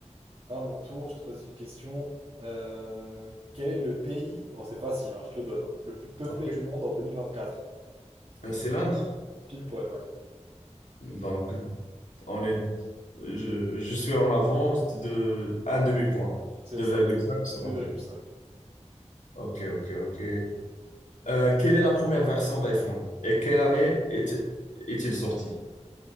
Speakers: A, on the right; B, on the left.
A: À mon tour, je te pose une question. Euh, quel est le pays, bon, c'est facile, hein, je te le donne, hein, le plus peuplé
B: Ok.
A: du monde en deux mille vingt quatre
B: Euh, C'est l'Inde.
A: Pile poil, ouais.
B: Donc, on est, je, je suis en avance de un demi-point.
A: C'est
B: deux
A: ça,
B: virgule cinq sur
A: deux
B: 2.
A: virgule cinq
B: Ok, ok, ok. Euh, quelle est la première version d'iPhone et quelle année est, est-il sorti?